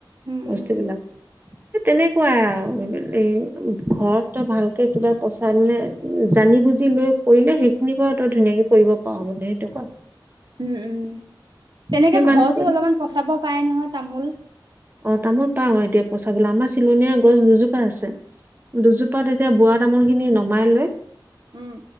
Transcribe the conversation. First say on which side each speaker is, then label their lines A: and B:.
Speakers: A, on the right (about 60°); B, on the right (about 25°).
A: উম,
B: বস্তুবিলাক।
A: উম।
B: তেনেকুৱাই আৰু ঘৰত তই ভালকে কিবা পচাই মে জানি বুজি লৈ কৰিলে সেইখিনি পৰা তই ধুনীয়াকে কৰিব পাৰ মানে সেনেকুৱা।
A: উম, উম তেনেকে
B: সেই মানুহটোৱে
A: ঘৰতো অলপমান পচাব পাৰে নহয় তামোল।
B: অ', তামোল পাওঁ এতিয়া পচাবলৈ আমাৰ চিলনীয়া গছ দুজোপা আছে। দুজোপাত তেতিয়া বোৱা তামোলখিনি নমাই লৈ।
A: উম।